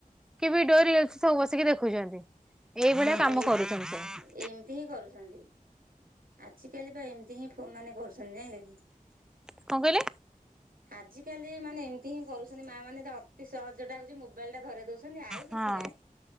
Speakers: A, in the centre; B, on the right.
A: କି ଭିଡିଓ, ରିଲ୍ସ ସବୁ ବସିକି ଦେଖୁଛନ୍ତି। ଏଇଭଳିଆ
B: ସେଇଆ
A: କାମ
B: ଏଇ
A: କରୁଛନ୍ତି ସବୁ।
B: ଏମିତି ହିଁ କରୁଛନ୍ତି। ଆଜି କାଲି ବା ଏମିତି ହିଁ ଫୋ ମାନେ କରୁଛନ୍ତି ଜାଇଁଲ କି।
A: କଣ କହିଲେ
B: ଆଜିକାଲି ମାନେ ଏମିତି ହିଁ କରୁଛନ୍ତି, ମା ମାନେ ଅତି ସହଜ ଟା ହଉଚି ମୋବାଇଲ ଟା ଧରେଇ ଦଉଛ ଛନ୍ତି ଆଉ କିଛି
A: ହଁ
B: ନାଇଁ।